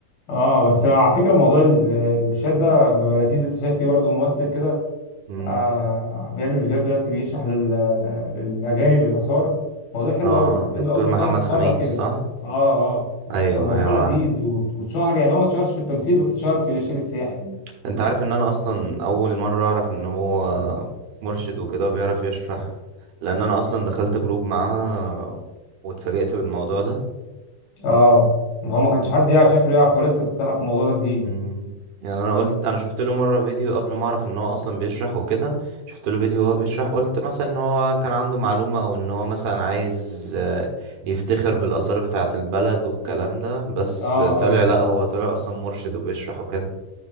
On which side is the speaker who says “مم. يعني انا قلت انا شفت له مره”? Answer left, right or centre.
Right